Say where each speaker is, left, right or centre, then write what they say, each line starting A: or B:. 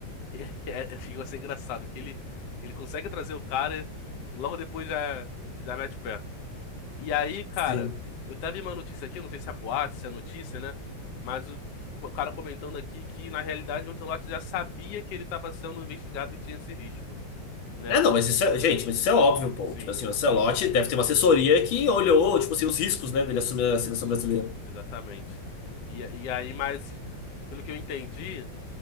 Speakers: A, on the left; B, on the left.
A: <laughs> é, fica assim engraçado que ele ele consegue trazer o cara e logo depois já já mete o pé. E aí, cara,
B: Sim.
A: eu tava vi uma notícia aqui, não sei se é boate se é notícia, né? Mas o, o cara comentando aqui que na realidade o Ancelotti já sabia que ele estava sendo investigado e tinha esse risco, né?
B: É, não, mas isso é... Gente, mas isso é óbvio, pô.
A: Sim,
B: Tipo assim, o Ancelotti
A: sim.
B: deve ter uma assessoria que olhou, tipo assim, os riscos, né, dele assumir
A: Isso,
B: a seleção brasileira.
A: exatamente. E, e aí, mas pelo que eu entendi,